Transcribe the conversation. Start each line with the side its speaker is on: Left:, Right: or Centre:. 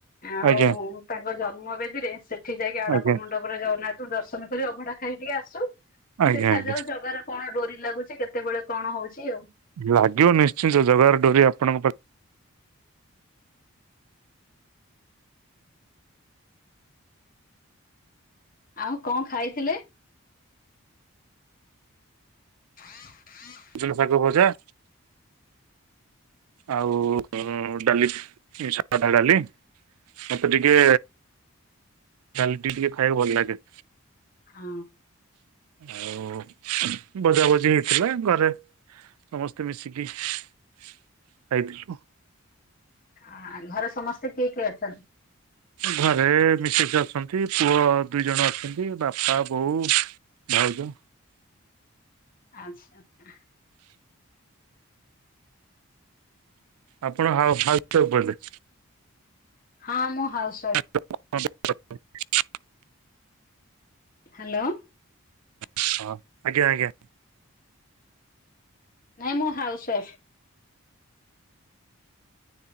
Left: ଆଉ
Right: ଆଜ୍ଞା
Left: ତାଙ୍କ ଜନ୍ମ ବେଦୀରେ ସେଠି ଯାଇକି ଆଡପ
Right: ଆଜ୍ଞା ଆଜ୍ଞା
Left: ମଣ୍ଡପରେ ଜଗନ୍ନାଥଙ୍କୁ ଦର୍ଶନ କରି ଅଭଡା ଖାଇକି ଟିକେ ଆସୁ।
Right: ଆଜ୍ଞା
Left: ଦେଖାଯାଉ ଜଗାର କଣ ଡୋରି ଲାଗୁଚି କେତେବେଳେ କଣ ହଉଚି ଆଉ।
Right: ଲାଗିବ ନିଶ୍ଚିନ୍ତ ଜଗାର ଡୋରି ଆପଣଙ୍କ ପାଖ୍
Left: ଆଉ କଣ୍ ଖାଇଥିଲେ? ହଁ ହଁ।
Right: ସୁଜୁନା ଶାଗ ଭଜା। ଆଉ ଡାଲି ସାଧା ଡାଲି ମତେ ଟିକେ ଡାଲି ଟିକେ ଟିକେ ଖାଇବାକୁ ଭଲ୍ ଲାଗେ।
Left: ହଁ।
Right: ଆଉ ଭଜା ଭଜି ହେଇଥିଲା ଘରେ। ସମସ୍ତେ ମିଶିକି ଖାଇଥିଲୁ।
Left: ଆ ଘରେ ସମସ୍ତେ କିଏ କିଏ ଅଛନ୍ତି।
Right: ଘରେ ମିସେସ୍ ଅଛନ୍ତି ପୁଅ ଦୁଇ ଜଣ ଅଛନ୍ତି ବାପା ବୋଉ। ଭାଉଜ।
Left: ଆଚ୍ଛା ଆଚ୍ଛା।
Right: ଆପଣ ହାଉସ ହାଉସ୍ ୱଇଫ୍ ବୋଧେ।
Left: ହଁ ମୁଁ ହାଉସ୍ ୱଇଫ୍।
Right: <unintelligible>
Left: ହାଲୋ।
Right: ହଁ ଆଜ୍ଞା ଆଜ୍ଞା।
Left: ନାଇଁ ମୁଁ ହାଉସୱାଇଫ୍।